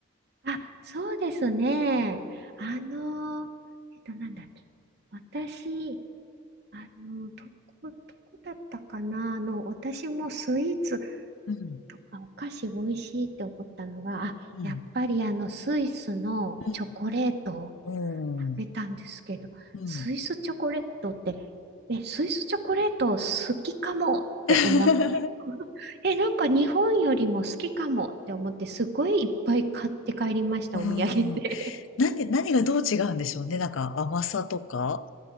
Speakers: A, on the right; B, on the left.
A: あ、そうですね。あのえっと、なんだっけ。私、あの、どこ、どこだったかなあの、私もスイーツ
B: うん。
A: とかお菓子美味しいって思ったのが、あ、
B: うん。
A: やっぱりあの、スイスのチョコレートを
B: うん。うん。
A: 食べたんですけど、
B: うん。
A: スイスチョコレートって、え、スイスチョコレート好きかもって思って、
B: <laughs>
A: <laughs> え、なんか日本よりも好きかもって思って、すごいいっぱい買って帰りました、
B: うん。
A: お土産で。
B: なんで、何がどう違うんでしょうね。なんか甘さとか。